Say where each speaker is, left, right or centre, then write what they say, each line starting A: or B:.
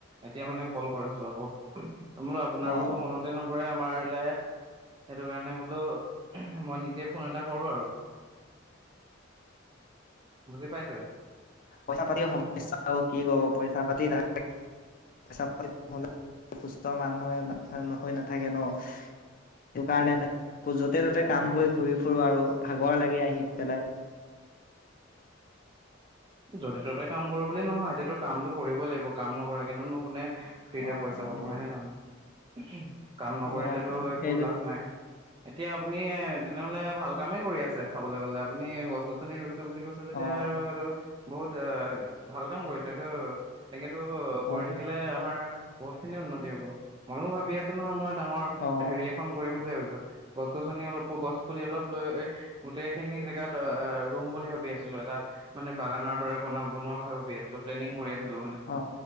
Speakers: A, on the right; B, on the left.
A: এতিয়া মানে কল কৰিছো আকৌ। মোৰো আপোনাৰ
B: অ
A: বোলো মনতে নপৰে আপ মাৰলে। সেইটো কাৰণে বোলো মই নিজে ফোন এটা কৰো আৰু বুজি পাইছো
B: পইচা পাতি সমস্যা আৰু কি ক পইচা পাতি ন চহলে সুস্থ মানুহে নহয় নাথাকে ন সেইটো কাৰণে য'তে ত'তে
A: তাকেহে
B: কাম কৰি ঘূৰিফুৰো আৰু ভাগ লগৰ লাগে আহি পেলাই <inaudible>
A: য'তে ত'তে কাম কৰো বুলি নহয় এতিয়াতো কামটোো কৰিবই লাগিব কাম নকৰে কিন্তুনো কোনে ফ্ৰীতে
B: অ
A: পইচা
B: অ
A: পাব
B: সেই
A: হয় নে নহয়। উ কাম নকৰিলেতো
B: অ
A: একো
B: সেইটো
A: লাভ নাই এতিয়া আপুনি এ তেনেহলে ভাল কামে কৰি আছে চাবলৈ গলে আপুনি গছ, গছনি ৰুই টো বুলি কৈছে তেতিয়া
B: অ
A: আৰু আৰু বহুত অ', ভাল কাম কৰিছে এইটো তেনেকে- এনেটো কৰি
B: অ
A: থাকিলে আমাৰ- বহুত খিনি উন্নতি হ'ব ময়ো ভাবি আছো নহয় মই ডাঙৰ
B: অ
A: হেৰি এখন কৰিম বুলি- গছ -গছনি অলপ গছ পুলি অলপ লৈ গোটেই খিনি জেগাত অ', ৰুম বুলি ভাবি আছিলো, এটা মানে বাগানৰ দৰে বন বনোৱা কথা ভাবি আছিলোঁ, প্লেনিং কৰি আছিলো মানে
B: অ